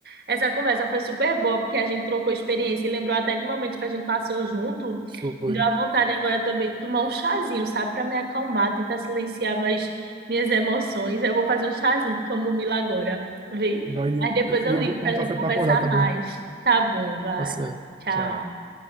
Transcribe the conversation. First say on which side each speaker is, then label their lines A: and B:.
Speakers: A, on the right (about 60°); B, on the right (about 25°).
A: essa conversa foi super boa, porque a gente trocou experiência e lembrou até de momento que a gente passou junto.
B: foi.
A: Me deu a vontade agora também de tomar um chazinho, sabe, para me acalmar, tentar silenciar mais minhas emoções. Eu vou fazer um chazinho de camomila agora, vi?
B: Vai, e
A: Mas
B: eu
A: depois eu
B: e eu
A: ligo
B: vou tomar
A: para a
B: um
A: gente
B: café
A: conversar
B: para acordar também.
A: mais. Tá bom, vai.
B: Tá certo.
A: Tchau.
B: Tchau.